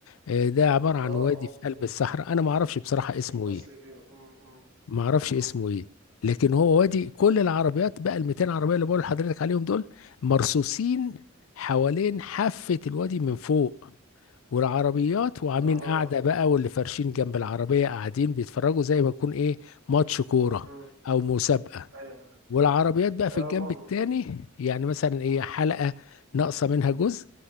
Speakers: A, on the left; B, on the right.
A: آه، ده عباره عن
B: ده اه
A: وادي
B: اه
A: في
B: مدينه
A: قلب الصحراء انا ما اعرفش بصراحه
B: في
A: اسمه
B: القصيم
A: ايه
B: مم. مم.
A: ما اعرفش
B: مم.
A: اسمه ايه لكن هو وادي كل العربيات بقى ال 200 عربيه اللي بقول لحضرتك عليهم دول مرصوصين حوالين حافه الوادي من فوق والعربيات وعاملين
B: اها
A: قاعده بقى واللي فارشين جنب العربيه قاعدين بيتفرجوا زي ما يكون ايه ماتش كوره
B: مم.
A: او مسابقه
B: ايوه
A: والعربيات بقى في
B: ايوه
A: الجنب
B: مم.
A: التاني يعني مثلا ايه حلقة ناقصة منها جزء